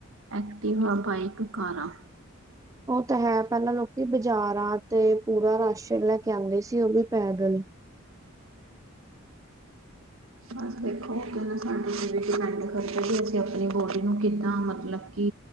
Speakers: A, on the right; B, on the right.
A: ਐਕਟਿਵਾ, ਬਾਈਕ, ਕਾਰਾਂ।
B: ਓ ਤਾ ਹੈ, ਪੈਲਾਂ ਲੋਕੀ ਬਜਾਰਾ ਤੇ ਪੂਰਾ ਰਾਸ਼ਨ ਲੈ ਕੇ ਆਂਦੇ ਸੀ ਓ ਵੀ ਪੈਦਲ।
A: ਬਸ ਦੇਖੋ ਓ ਕੈਂਦੇ ਸਾਡੀ ਤੇ ਡਿਪੈਂਡ ਕਰਦਾ ਕਿ ਅਸੀਂ ਆਪਨੀ ਬੋਡੀ ਨੂੰ ਕਿੱਦਾਂ ਮਤਲਬ ਕਿ